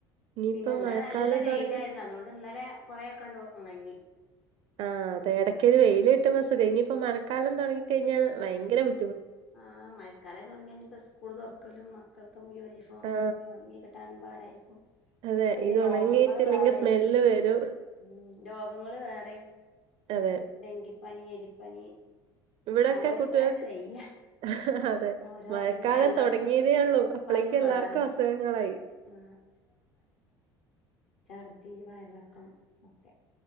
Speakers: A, on the right; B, on the left.
A: ഇനിയിപ്പം
B: പിന്നെ ഇന്നലെ
A: മഴക്കാലം
B: നല്ല വെയിലായിരുന്നു
A: തുടങ്ങി
B: അതുകൊണ്ട് ഇന്നലെ കൊറേക്കാണ്ട് ഒണങ്ങി
A: ആ അതേ എടക് ഒരു വെയിലിട്ടുമ്പോ സുഖവാ ഇനിപ്പോ മഴക്കാലം തൊടങ്ങിക്കഴിഞ്ഞാ ഭയങ്കര ബു
B: ആ മയക്കാലായി തൊടങ്ങിക്കഴിഞ്ഞ ഇനിപ്പ സ്കൂൾ തൊറക്കലും മക്ക <unintelligible> യൂണിഫോം
A: ആ
B: ഇതൊക്കെ ഒണങ്ങി കിട്ടാനും പ അരിക്കോ
A: അതെ
B: പിന്നെ
A: ഇത്
B: രോഗങ്ങള്
A: ഉണങ്ങിയിട്ടില്ലെങ്കിൽ
B: വേറെയും
A: സ്മെല്ല് വരും
B: ഉം രോഗങ്ങള് വേറെയും
A: അതെ
B: ഡെങ്കി പനി എലിപ്പനി
A: ഇവിടെയൊക്കെ
B: ആലോജിക്കാൻ
A: കുട്ടികൾക്ക്
B: ഇന്ന് വയ്യ
A: <unintelligible> അതെ
B: ഓരോ
A: മഴക്കാലം
B: അസുഖം ജലദോഷം
A: തൊടങ്ങിയതേ ഉള്ളൂ അപ്പളേക്ക്
B: പനിം
A: എല്ലാർക്കും
B: വേറിം
A: അസുഖങ്ങളായി
B: ആ ചർ തീ വയറേളക്കം ഒക്കെ